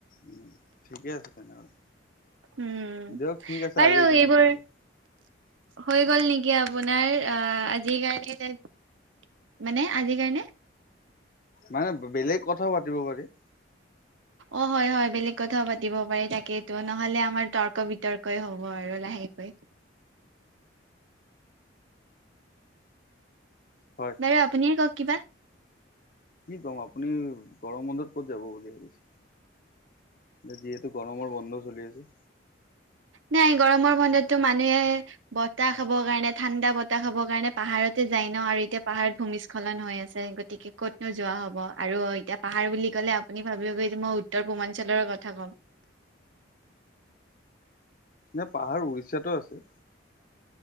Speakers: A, on the left (about 45°); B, on the right (about 80°).
A: উম ঠিকে আছে তেনেহলে
B: উম
A: দিয়ক ঠিক আছে
B: বাৰু
A: আজিৰ কাৰণে
B: এইবোৰ
A: তেনেহ'লে
B: হৈ গ'ল নেকি আপোনাৰ আহ আজিৰ কাৰণে তাত মানে আজিৰ কাৰণে
A: মানে বেলেগ কথাও পাতিব পাৰি।
B: অ হয় হয় বেলেগ কথাও পাতিব পাৰি তাকেইতো নহ'লে আমাৰ তৰ্ক বিতৰ্ক কয় হ'ব আৰু লাহেকৈ।
A: হয়
B: এ আপুনিয়ে কওক কিবা
A: কি ক'ম আপুনি গৰম বন্ধত ক'ত যাব বুলি ভাবিছে যিহেতু গৰমৰ বন্ধ চলি আছে।
B: নাই গৰমৰ বন্ধতটো মানুহে বতাহ খাবৰ কাৰণে ঠাণ্ডা বতাহ খাবৰ কাৰণে পাহাৰতে যাই ন আৰু এতিয়া পাহাৰত ভূমিস্খলন হৈ আছে গ- গতিকে ক'তনো যোৱা হ'ব আৰু এতিয়া পাহাৰ বুলি ক'লে আপুনি ভাবিব এতিয়া মই উত্তৰ পূৰ্বাঞ্চলৰ কথা ক'ম
A: নে পাহাৰ উৰিষ্যাতো আছে।